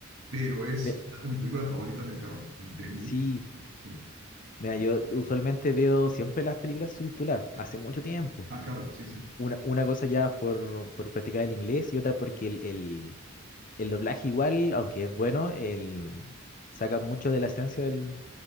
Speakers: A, on the right (about 65°); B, on the left (about 40°).
A: pero es
B: Ve-
A: una de mis películas favoritas de terror. De, mu-
B: sí,
A: sí.
B: mira, yo usualmente veo siempre las películas subtituladas, hace mucho tiempo.
A: Ah, claro, sí, sí.
B: Una, una cosa ya por, por practicar el inglés y otra porque el, el, el doblaje igual, aunque es bueno, el, saca mucho de la esencia del,